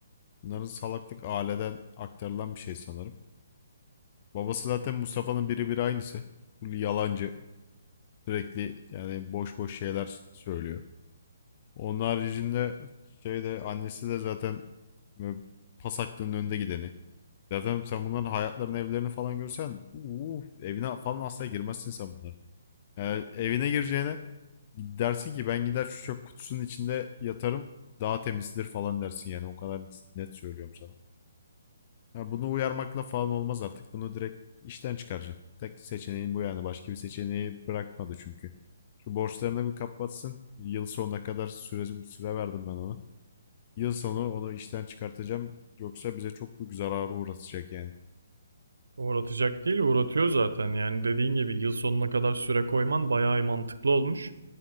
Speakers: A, on the left; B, on the right.
A: Bunların salaklık aileden aktarılan bir şey sanırım. Babası zaten Mustafa'nın biri bir aynısı. Full yalancı. Sürekli yani boş boş şeyler söylüyor. Onun haricinde şey de annesi de zaten böyle pas hakkının önde gideni. Zaten sen bunların hayatlarını, evlerini falan görsen uuu, evine falan asla girmezsin sen bunların. Yani evine gireceğine dersin ki ben gider şu çöp kutusunun içinde yatarım daha temizdir falan dersin yani o kadar net söylüyorum sana. Ya bunu uyarmakla falan olmaz artık. Bunu direkt işten çıkaracaksın. Tek seçeneğin bu yani. Başka bir seçeneği bırakmadı çünkü. Şu borçlarını bir kapatsın. Yıl sonuna kadar süre, süre verdim ben ona. Yıl sonu onu işten çıkartacağım. Yoksa bize çok büyük zararı uğratacak yani.
B: Uğratacak değil, uğratıyor zaten. Yani dediğin gibi yıl sonuna kadar süre koyman bayağı mantıklı olmuş.